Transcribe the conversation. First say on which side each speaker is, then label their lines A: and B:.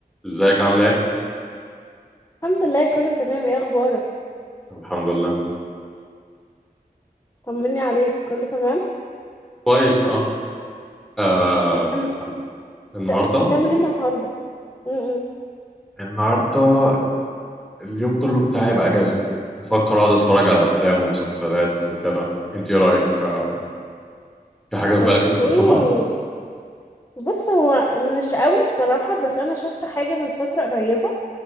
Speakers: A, in the centre; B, on the left.
A: ازيك عامله ايه
B: الحمد لله كله تمام ايه اخبارك
A: الحمد لله
B: طمني عليك كله تمام
A: كويس اه, آه.
B: بتعمل
A: النهارده
B: بت- بتعمل ايه النهارده امم
A: النهارده اليوم كله بتاعي يبقى اجازه بفكر اقعد اتفرج على افلام ومسلسلات وكده انت ايه رايك آه. في حاجه في
B: اوكي
A: بالك ممكن اشوفها
B: بص هو مش قوي بصراحه بس انا شفت حاجه من فتره قريبه